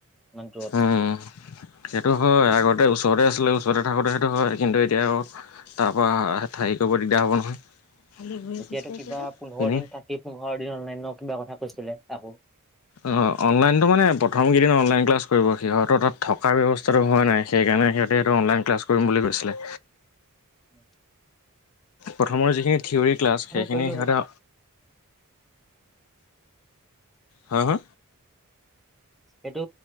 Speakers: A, in the centre; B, on the left (about 65°).
A: ইমান দূৰত
B: উম, সেইটো হয় আগতে ওচৰতে আছিলে ওচৰতে থাকোতে স হয় কিন্তু এতিয়া তাৰপা থাৰি কৰিব দিগদাৰ হব নহয়। খালি ভৰি
A: এতিয়াতো
B: খোজ কাঢ়িছ
A: কিবা
B: যে
A: পোন্ধৰ
B: এনেই
A: দিন থাকি পোন্ধৰ দিন অনলাইনৰ কিবা কথা কৈছিলে আকৌ
B: অ অনলাইনটো মানে প্ৰথমকেইদিন অনলাইন কলাছ কৰিব সি হয়ত তাত থকাৰ ব্যৱস্থা হোৱা নাই সেইকাৰণে সিহঁতে অনলাইন ক্লাছ কৰিম বুলি কৈছিলে।
A: উম <unintelligible>
B: প্ৰথমৰ যিখিনি থিয়ৰী ক্লাছ সেইখিনি
A: কৰিলোহেঁতেন
B: সিহঁতে হা হা
A: এইটো